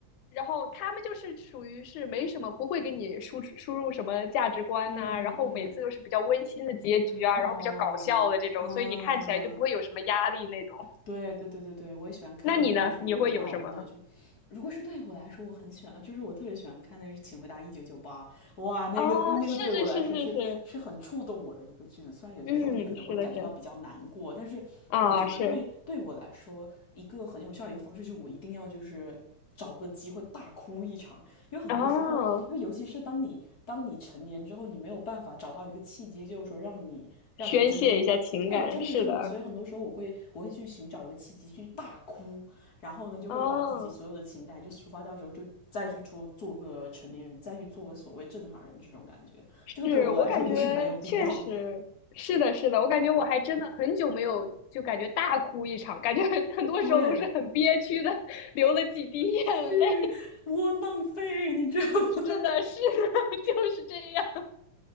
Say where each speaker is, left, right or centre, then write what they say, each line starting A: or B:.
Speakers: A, on the left; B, on the left.
A: 然后他们就是属于是没什么，不会给你输出输入什么价值观呐、
B: 嗯嗯嗯，
A: 然后每次都是比较温馨的结局啊，
B: 哦，
A: 然后比较搞笑的这种，
B: 嗯，
A: 所以你看起来就不会有什么压力那种。
B: 对对对对对，我也喜欢看这种就是无脑无脑就，
A: 那你呢？你会有什么？
B: 如果是对我来说，我很喜欢，就是我特别喜欢看那个是请回答一九九八》，哇，那个那个对我来说是是很触动我的一个句子。
A: 啊，是是是是是，
B: 虽然有些时候你可能会感觉到比较难过，
A: 嗯，是的是。
B: 但是我觉得对对我来说，
A: 啊，是
B: 一个很有效的一个方式就是我一定要就是找个机会大哭一场，因为很多时候，
A: 啊，
B: 因为尤其是当你当你成年之后，你没有办法找到一个契机，就是说让你让你真真对，
A: 宣泄一下情感，
B: 真的真的，
A: 是的，
B: 所以很多时候我会我会去寻找一个契机去大哭，然后呢就会把自己所有的情感就抒发掉之后，
A: 哦，
B: 就再去做做个成年人，再去做个所谓正常人这种感觉，
A: 是我感觉确实是的，
B: 这个对我来说也是蛮有必要的。
A: 是的，我感觉我还真的很久没有就感觉大哭一场，感觉很很多时候都是很憋屈的，
B: 对，
A: <laughs> 流了几滴眼泪。
B: 去窝囊废，你知道吗？
A: <laughs> 是的，是的，<laughs> 就是这样。